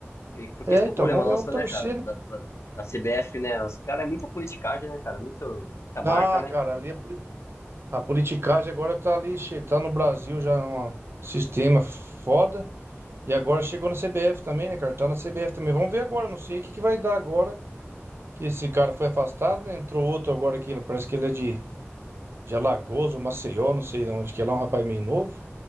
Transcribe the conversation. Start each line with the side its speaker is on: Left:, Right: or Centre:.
Left: E- porque
Right: É,
Left: esse que
Right: então,
Left: é o problema
Right: vamos,
Left: nosso,
Right: vamos torcer,
Left: né, cara?
Right: né?
Left: Da, da, da CBF, né? Os caras é muita politicagem, né, cara? Muito, muita marca,
Right: Ah,
Left: né?
Right: cara, ali a, poli- a politicagem agora tá ali, che- tá no Brasil já é um sistema foda. E agora chegou na CBF também, né, cara? Tá na CBF também. Vamos ver agora, não sei o que que vai dar agora. Que esse cara foi afastado, né? Entrou outro agora aqui, parece que ele é de, de Alagoas, ou Maceió, não sei de onde que é lá, um rapaz meio novo,